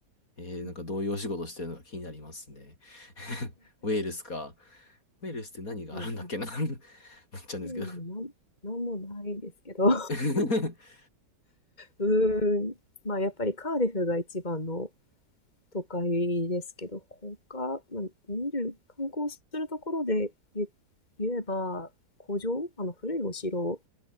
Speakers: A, on the left; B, on the left.
A: えー、なんかどういうお仕事してるのか気になりますね。
B: うん、
A: <laughs> ウェールスか。ウェールスって何があるんだっけな
B: ウェールズ、はい
A: <laughs>、なっちゃうんですけど
B: ウェールズなん、なんもないんですけど。<laughs> う
A: <laughs>。
B: ーん。まあ、やっぱりカーディフが一番の都会ですけど、他、まあ、見る、観光するところで言言えば、古城あの、古いお城